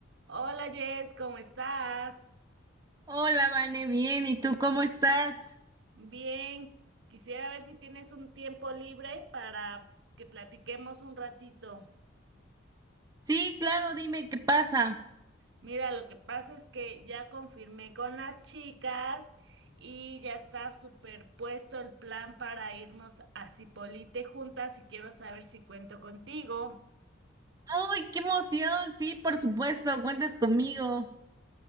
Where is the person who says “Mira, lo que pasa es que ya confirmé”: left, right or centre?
Right